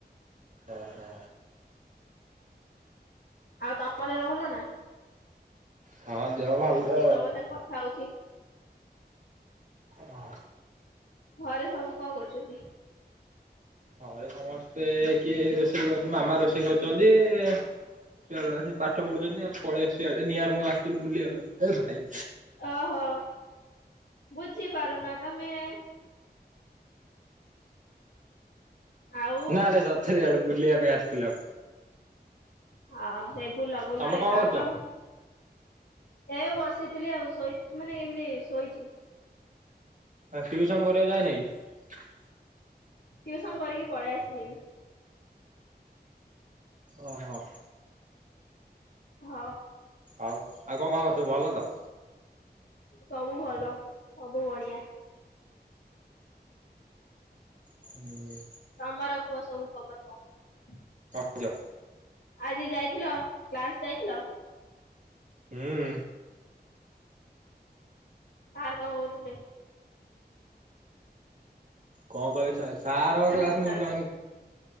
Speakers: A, on the right; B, on the left.
A: ଓ ହୋ।
B: ଆଉ ତମ ଦେହ ଭଲ ନା।
A: ହଁ ଦେହ ଭଲ।
B: ବସିକି ତମ ସାଙ୍ଗେ କଥା ହଉଛି
A: ହଁ।
B: ଘରେ ସବୁ କଣ କରୁଚନ୍ତି?
A: ଘରେ ସମସ୍ତେ କିଏ ରୋଷେଇ କର, ମାମା ରୋଷେଇ କରୁଚନ୍ତି, ଛୁଆ ଗୁଡ଼ା ବସି ପାଠ ପଢୁଚନ୍ତି ଆଉ ମୁଁ ପଳେଇ ଆସଚି ଇଆଡେ ନିଆର ମୁଁ ଆସିଥିଲି ବୁଲିବା ପାଇଁ ଏ ଭାଇ
B: ଓହୋ ବୁଝି ପାରୁନା ତମେ? ଆଉ
A: ନା ରେ ସତରେ ଆଡେ ବୁଲିବା ପାଇଁ ଆସିଥିଲା।
B: ହଉ ସେଇ ବୁଲ ବୁଲ
A: ତମେ
B: ଏ
A: କଣ
B: ପାଗ
A: କରୁଛ
B: ଏ ବସିଥିଲି ଆଉ ଶୋଇ ମାନେ ଏମିତି ଶୋଇଚି।
A: ଆ ଟିଉସନ କରିବାକୁ ଯାଇନ କି?
B: ଟିଉସନ କରିକି ପଳେଇ ଆସିଲିଣି।
A: ଓହୋ।
B: ହ।
A: ଆଉ ଆଉ କଣ ଖବର ସବୁ ଭଲ ତ?
B: ସବୁ ଭଲ ସବୁ ବଢିଆ।
A: ହୁଁ।
B: ତମର କୁହ ସବୁ ଖବର କଣ?
A: <unintelligible> ଜ।
B: ଆଜି ଯାଇଥିଲ କ୍ଲାସ ଯାଇଥିଲ?
A: ହୁଁ।
B: ସାର୍ କଣ କହୁଥିଲେ?
A: କଣ କର ସାରଙ୍କ କ୍ଲାସ
B: ଆଚ୍ଛା
A: ମୁଁ
B: ଆଚ୍ଛା
A: ଜାଇନ୍